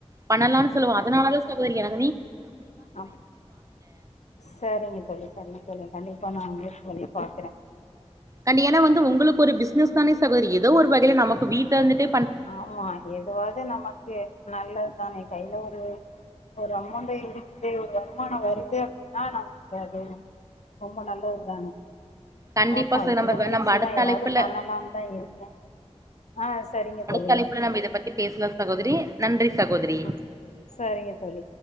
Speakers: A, on the right (about 30°); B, on the left (about 80°).
A: பண்ணலான்னு சொல்லுவோ அதனாலதா சகோதரி எனக்
B: ஆ சரிங்க தோழி சரிங்க தோழி கண்டிப்பா நான் உங்க உங்கள பாக்குறே
A: கண்டி ஏன்னா வந்து உங்களுக்கு ஒரு பிசினஸ் தானே சகோதரி ஏதோ ஒரு வகேல நமக்கு வீட்ல இருந்துட்டு
B: ஆமா எதுவாது நமக்கு நல்லதுதானே கையில ஒரு ஒரு அமௌண்ட் இருக்குது ஒரு வருமான வருது அப்டின்னா நமக்கு அது ரொம்ப நல்லது தானே
A: கண்டிப்பா
B: பாப்போ
A: ச
B: அதுக்குள்ள
A: நம்ம
B: முயற்சிதா
A: நம்ம அடுத்த
B: ஏதாவது
A: அழைப்புல
B: பண்ணலாம்னு தா இருக்கே ஆ சரிங்க தோழி
A: தலைப்புல நம்ம இத பத்தி பேசலா சகோதரி நன்றி சகோதரி
B: ம் சரிங்க தோழி